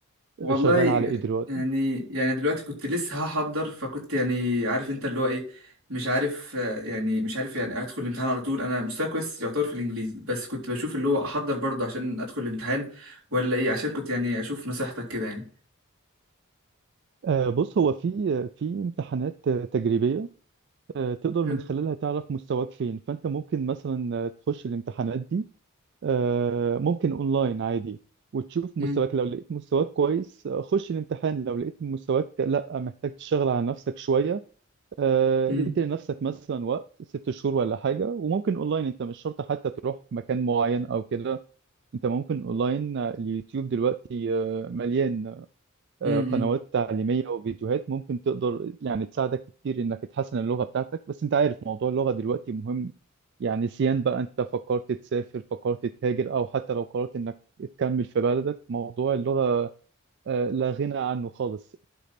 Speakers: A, on the right (about 85°); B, on the right (about 55°).
A: والله
B: شغال على ايه دلوقتي
A: يعني يعني دلوقتي كنت لسه هحضر فكنت يعني عارف انت اللي هو ايه مش عارف آه، يعني مش عارف يعني ادخل الامتحان على طول انا مستواي كويس يعتبر في الانجليزي بس كنت بشوف اللي هو احضر برضه عشان ادخل الامتحان ولا ايه عشان كنت يعني اشوف نصيحتك كده يعني
B: آه، بص هو في في امتحانات آه، تجريبية آه، تقدر
A: حلو.
B: من خلالها تعرف مستواك فين فانت ممكن مثلا آه، تخش الامتحانات دي آه، ممكن اونلاين عادي وتشوف
A: مم.
B: مستواك لو لقيت مستواك كويس آه، خش الامتحان لو لقيت مستواك لا محتاج تشتغل على نفسك شوية آه،
A: مم.
B: ادي لنفسك مثلا وقت ست شهور ولا حاجة وممكن اونلاين انت مش شرط حتى تروح مكان معين او كده انت ممكن اونلاين آه، اليوتيوب دلوقتي آه، مليان
A: مم.
B: آه، قنوات تعليمية وفيديوهات ممكن تقدر يعني تساعدك كتير انك تحسن اللغة بتاعتك بس انت عارف موضوع اللغة دلوقتي مهم يعني سيان بقى انت فكرت تسافر فكرت تهاجر او حتى لو قررت انك تكمل في بلدك موضوع اللغة آه، لا غنى عنه خالص